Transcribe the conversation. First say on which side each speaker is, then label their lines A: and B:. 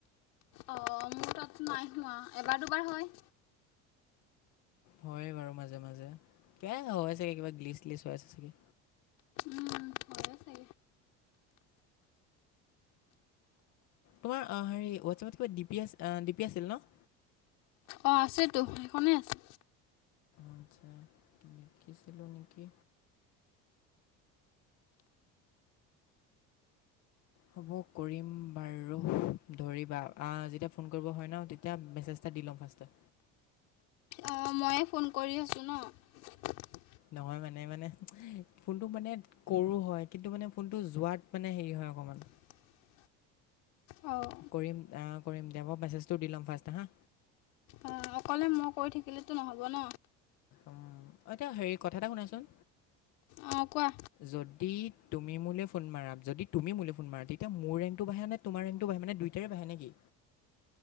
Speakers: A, on the left; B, on the left.
A: অঁ মোৰ তাততো নাই হোৱা, এবাৰ দুবাৰ হয়।
B: হয়ে বাৰু মাজে মাজে, ক হয় চাগে কিবা গ্লিচ লিচ হৈছে চাগে।
A: উম হয়ে চাগে
B: তোমাৰ হেৰি হোৱাটছএপত কিবা ডি পি আ ডি পি আছিল ন'।
A: অ', আছেতো সেই খনে আছে।
B: আচ্ছা নকিছিলিলোঁ নিকি। হ'ব কৰিম বাৰু ধৰিবা যেতিয়া ফোন কৰিব হয় ন', তেতিয়া মেছে ত দি লম ফাষ্টে
A: অ', ময়ে ফোন কৰি আছোঁ ন?
B: নহয় মানে, মানে ফোনটো মানে কৰো হয় কিন্তু মানে ফোনটো যোৱাত মানে হেৰি হয় অকমান।
A: <unintelligible> অঁ
B: কৰিম আহ, কৰিম দিয়া, মই মেছেজটো দি ল'ম ফাৰ্ষ্টে হা।
A: অঁ অকলে মই কৈ থাকিলেতো নহ'ব ন!
B: উম, এতিয়া হেৰি কথা এটা শুনাচোন।
A: অঁ কোৱা
B: যদি তুমি মোলে ফোন মাৰা, যদি তুমি মোলে ফোন মাৰা তেতিয়া মোৰ ৰেংকটো বাঢ়ে নে তোমাৰ ৰেংকটো বাঢ়ে মানে দুইটাৰে বাঢ়ে নে কি।